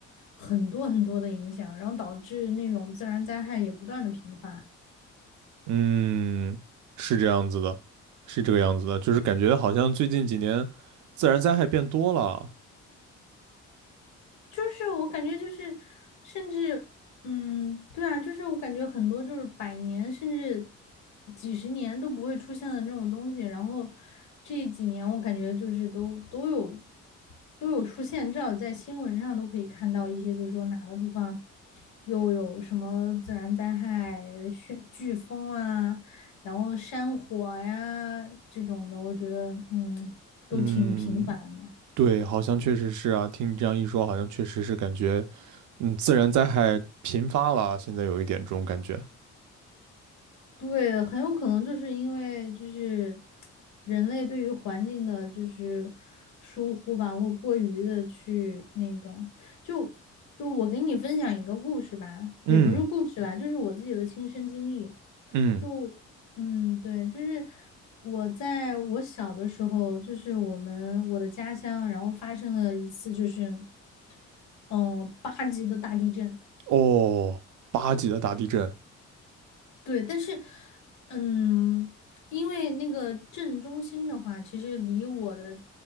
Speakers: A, on the left (about 70°); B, on the right (about 75°).
A: 很多很多的影响，然后导致那种自然灾害也不断的频发。
B: 嗯，是这样子的，是这个样子的，就是感觉好像最近几年自然灾害变多了。
A: 就是我感觉就是，甚至，嗯，对啊，就是我感觉很多就是百年甚至几十年都不会出现的那种东西，然后这几年我感觉就是都都有都有出现，至少在新闻上都可以看到一些，就是说哪个地方又有什么自然灾害、旋飓风啊，然后山火呀这种的，我觉得嗯都挺频繁的。
B: 嗯，对，好像确实是啊，听你这样一说，好像确实是感觉，嗯，自然灾害频发了，现在有一点这种感觉。
A: 对，很有可能就是因为就是人类对于环境的，就是疏忽吧，或过于的去那个，就就我给你分享一个故事吧，
B: 嗯
A: 也不是故事啦，就是我自己的亲身经历。
B: 嗯，
A: 就嗯，对，就是我在我小的时候，就是我们我的家乡，然后发生了一次就是嗯呃八级的大地震。
B: 哦，八级的大地震，
A: 对，但是，嗯，因为那个镇中心的话，其实离我的